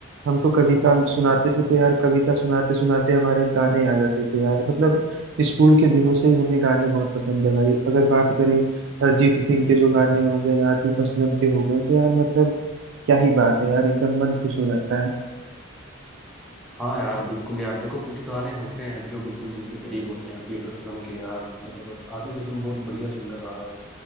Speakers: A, on the right (about 65°); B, in the centre.
A: हम तो कविता सुनाते
B: आ,
A: थे तो यार कविता सुनाते सुनाते हमारे गाने आ जाते थे यार मतलब स्कूल के दिनों से ही हमें गाने बहुत पसंद है भाई अगर बात करें अरिजीत सिंह के जो गाने हो गए आतिफ असलम के हो गए तो यार मतलब क्या ही बात है यार एकदम मन खुश हो जाता है
B: हाँ यार बिल्कुल यार देखो कुछ गाने होते हैं जो बिल्कुल दिल के करीब होते हैं आतिफ असलम के यार मतलब आतिफ असलम बहुत बढ़िया सिंगर रहा है